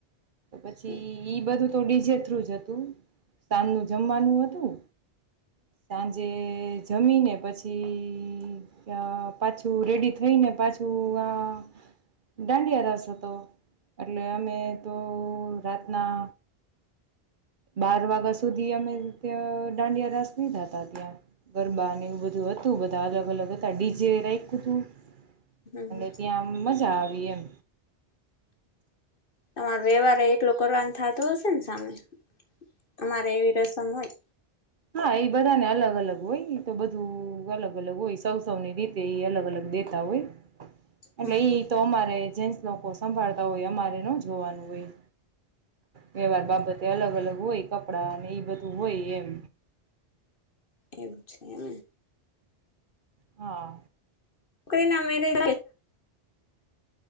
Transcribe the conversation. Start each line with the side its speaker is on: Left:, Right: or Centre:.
Right: પછી
Left: હમ
Right: ઈ બધું. તો ડીજે થ્રુ જ હતું સાંજનું જમવાનું હતું. સાંજે. જમીને પછી. હમમ અ પાછું રેડી થઈ ને પાછું આ દાંડિયા રાસ હતો એટલે અમે તો રાતના બાર વાગ્યા સુધી અમે ત્યાં દાંડિયા રાસ લીધા હતા ત્યાં. ગરબા ને એવું બધું હતું. તું બધું. તા અલગ અલગ હતા ડી જેે રાખ્યું તું.
Left: હમ
Right: એટલે
Left: હમ
Right: ત્યાં આમ મજા આવે. એમ.
Left: તમારો વ્યવહાર એટલો કરવાનું થતોું હશે ને સામે તમારે એવી રસમ હોય.
Right: હા એ બધાને અલગ અલગ હોય એ તો બધું અલગ અલગ હોય સૌ સૌ ની રીતે એ અલગ અલગ દેતા હોય. અ
Left: હા હા
Right: એ તોમરે. જેસ લોકો સંભાળતા હોય અમારે ન જોવાનું હોય વ્યવહાર બાબતે અલગ અલગ હોય કપડાં અને એ બધું હોય એમ.
Left: એવું છે એ.
Right: હા.
Left: છોકરી નામેરી.